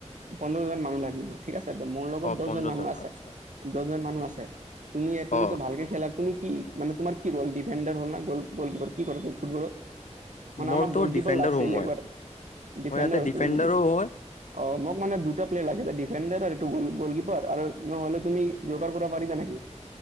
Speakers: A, on the right; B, on the left.
A: পোন্ধৰ জন মানুহ লাগিব ঠিক আছে, মোৰ লগত
B: অ
A: দশজন
B: পোন্ধৰ
A: মানুহ
B: জন
A: আছে,
B: আচ্ছা
A: দশজন মানুহ আছে, তুমি তুমিতো
B: অ
A: ভালকে খেলা তুমি কি মানে তোমাৰ কি ৰ'ল ডিফেণ্ডাৰ হল না, গল গলকিপাৰ কি কৰে তমি ফুটবলৰ মানে
B: মোৰতো
A: আমাক গ'লকিপাৰ
B: ডিফেণ্ডাৰ
A: লাগছিল
B: হো মই
A: এইবাৰ ডিফেণ্ডাৰ
B: মই ইয়াতে ডিফেণ্ডাৰো
A: তুমি যদি অ',
B: হয়
A: মোক মানে দুটা প্লেয়াৰ লাগেছে ডিফেণ্ড আৰু এইটো গল আৰু নহলে তুমি যোগাৰ কৰা পাৰিবা নেকি এইটো?